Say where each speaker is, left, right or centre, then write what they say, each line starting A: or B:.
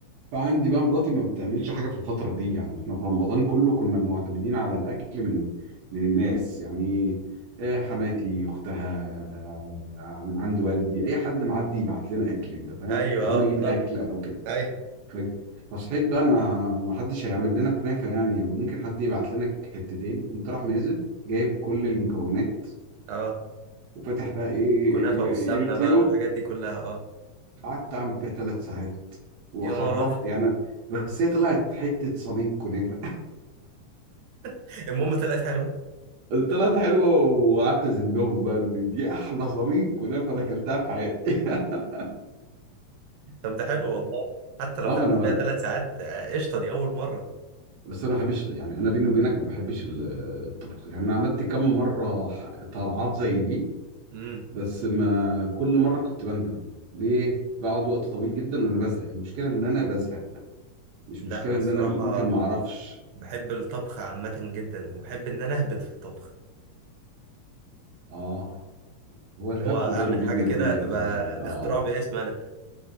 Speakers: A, on the right (about 70°); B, on the right (about 80°).
A: فعندي بقى مراتي ما بتعملش حاجه في الفتره دي يعني احنا في رمضان كله كنا معتمدين على الاكل من من الناس يعني آه، حماتي اختها آه، من عند والدي اي حد معدي يبعت لنا اكل انت فاهم
B: ايوه
A: او
B: اه
A: انا
B: بالظبط
A: اجيب اكل او كده
B: ايوه
A: ف- فصحيت بقى ما ما حدش هيعمل لنا كنافه يعني او ممكن حد يبعت لنا حتتين قمت راح نازل جايب كل المكونات
B: اه
A: وفتح بقى ايه
B: الكنافه
A: ال-
B: والسمنه
A: اليوتيوب
B: بقى والحاجات دي كلها اه
A: قعدت اعمل فيها ثلاث ساعات وحرمت
B: يا نهار
A: يعني بس هي طلعت حته صميم كنافه
B: <laughs> المهم طلعت حلوه
A: <laughs> طلعت حلوه وقعدت ازلهم بقى ان دي احلى صميم كنافه انا اكلتها في حياتي <laughs>
B: طب ده حلو والله حتى لو
A: اه
B: خدت
A: ما انا
B: فيها ثلاث ساعات آه، قشطه دي اول مره
A: بس انا ما بحبش يعني انا بيني وبينك ما بحبش ال- الطبخ يعني انا عملت كم مره ح- طلعات زي دي
B: امم
A: بس ما كل مره كنت بندم ليه بقعد وقت طويل جدا وانا بزهق المشكله ان انا بزهق مش
B: لا
A: مشكله
B: انا
A: ان
B: الصراحه
A: انا ممكن ما اعرفش
B: بحب الطبخ عامه جدا وبحب ان انا اهبط في الطبخ
A: اه هو الهبد
B: اللي هو اعمل
A: ده بيجيب
B: حاجه
A: نتيجة
B: كده تبقى
A: ساعات اه
B: اختراع باسم انا